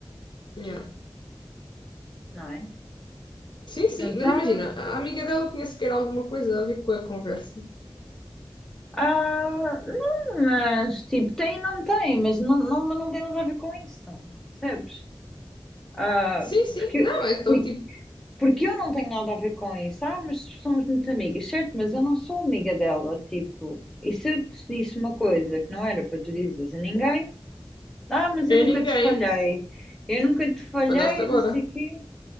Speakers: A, on the left; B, in the centre.
A: Yeah.
B: não é?
A: Sim, sim,
B: Mas
A: mas
B: há,
A: imagina, a amiga dela tinha sequer alguma coisa a ver com a conversa.
B: há, não, mas tipo, tem e não tem, mas não, não, não tem nada a ver com isso, percebes? Ah,
A: Sim, sim.
B: porque,
A: Não, eu estou
B: porque,
A: tipo,
B: porque eu não tenho nada a ver com isso, ah, mas somos muito amigas, certo? Mas eu não sou amiga dela, tipo, e se eu te disse uma coisa que não era para tu dizeres a ninguém, ah, mas
A: é
B: eu nunca
A: ninguém.
B: te falhei, eu nunca te falhei,
A: Falhaste agora.
B: não sei o quê.